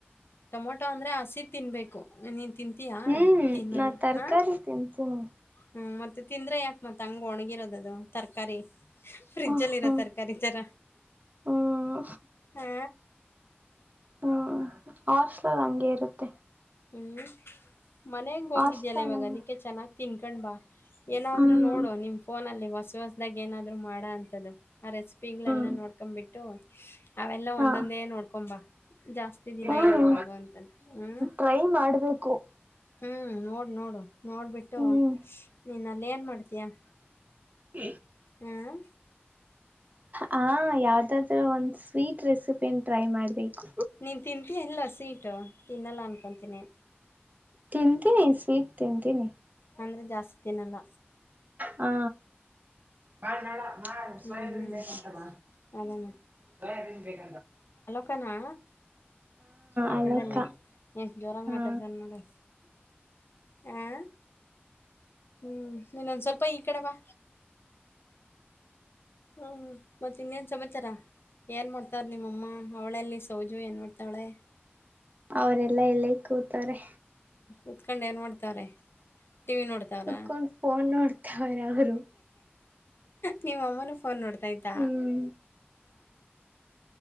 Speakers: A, on the left; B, on the right.
A: ಟೊಮೊಟೊ ಅಂದ್ರೆ ಹಸಿ ತಿನ್ಬೇಕು ನೀನ್ ತಿಂತೀಯಾ
B: ಹ್ಮ್
A: ತಿನ್ನಲ್ಲ
B: ನಾ ತರಕಾರಿ
A: ಹಾ
B: ತಿಂತೀನಿ
A: ಹ್ಮ್ ಮತ್ತೆ ತಿಂದ್ರೆ ಯಾಕ ಮತ್ತತ್ ಹಂಗ ಒಣಗಿರೋದದು ತರಕಾರಿ ಫ್ರಿಜಲ್ಲಿ
B: ಹ್ಮ ಹ್ಮ್
A: ಇರೋ ತರಕಾರಿ ತರ
B: ಹ್ಮ್
A: ಹಾ
B: ಹ್ಮ್ ಹಸ್ಲಲ್ ಹಗೆ ಇರುತ್ತೆ
A: ಹ್ಮ್ ಮನೆಗ್ ಹೋಗಿದ್ಯಲ್ಲ
B: ಹಾಸ್ಟೆಲ್
A: ಇವಾಗ
B: ಹಂಗೆ
A: ಅದಿಕ್ಕೆ ಚೆನ್ನಾಗಿ ತಿನ್ಕೊಂಡ್ ಬಾ ಏನಾದ್ರು
B: ಹ್ಮ್
A: ನೋಡು ನಿಮ್ ಫೋನ ಅಲ್ಲಿ ಹೊಸ ಹೊಸ್ದಾಗ ಏನಾದ್ರು ಮಾಡ ಅಂತ್ದ ಆ ರೆಸಿಪಿಗಳೆಲ್ಲ
B: ಹ್ಮ್
A: ನೋಡ್ಕೊ್ಂಬಿಟ್ಟು ಅವೆಲ್ಲ
B: ಹಾ
A: ಒಂದೊಂದೇ ನೋಡ್ಕೊಂಬ ಜಾಸ್ತಿ ದಿನ
B: ಹ್ಮ್
A: ಇಡಕ್ ಆಗುವಂತಂದ್ರೆ ಹ್ಮ್
B: ಟ್ರೈ ಮಾಡ್ಬೇಕು
A: ಹ್ಮ್ ನೋಡು ನೋಡು ನೋಡ್ಬಿಟ್ಟು
B: ಹ್ಮ್
A: ನೀನ್ ಅಲ್ಲಿ ಏನ್ ಮಾಡ್ತ ಅ
B: ಹ
A: ಹ್ಮ್
B: ಹ ಯಾವ್ದಾದ್ರೂ ಒಂದು ಸ್ವೀಟ್ ರೆಸಿಪಿನ ಟ್ರೈ ಮಾಡ್ಬೇಕು
A: ನೀನ್ ತಿಂತೀ ಎಲ್ಲಿ ಹಸಿ ಇಟು ತಿನ್ನಲ್ಲ ಅನ್ಕೊತೀನಿ
B: ತಿಂತನಿ ಸ್ವಿಟ್ ತಿಂತನಿ
A: ಅಂದ್ರೆ ಜಾಸ್ತಿತಿನಲ್ಲ
B: ಹಾ ಬಾಳ ನಾ
A: ಹ್ಮ್
B: ಸೋಯಂತ
A: ಹ್ಮ್
B: ಹ್ಮ
A: ಅದೇ
B: ಸ ಬೇಕೇಕ
A: ಕನಾ ಪಕ್ಕದಲ್ಲಿ
B: ಅಲಕ್ಕ
A: ಎಷ್ಟ ಜೋರಾಗಿ
B: ಹಾ
A: ಮಾತಾಡ್ತಾರ ನೋಡು ಆ ಹ್ಮ್ ನೀನ್ದ್ ಸ್ವಲ್ಪ ಈ ಕಡೆವಾ ಹ್ಮ ಮತ್ತೆ ಇನ್ನೇನ್ ಸಮಾಚಾರ ಏನ್ ಮಾಡ್ತಾವ್ರ ನಿಮ್ಮಮ್ಮ ಅವಳಲ್ಲಿ ತೋಜು ಎನಮಾಡ್ತಾಳೆ
B: ಅವರೆಲ್ಲಾ ಎಲ್ಲ ಕೂತಾರೆ
A: ಉತ್ಕೊಂಡ ಏನ್ ನೋಡ್ತಾರೆ ಟಿವಿ ನೋಡ್ತ ತರ
B: ಕುೂತ್ಕೊಂಡ್ ಫೋನ್ ನೋಡ್ತಾವ್ರೆ ಅವರು
A: ನೀವ ಅಮ್ಮನ ಫೋನ್ ನೋಡ್ತಾ ಇದತ
B: ಹ್ಮ್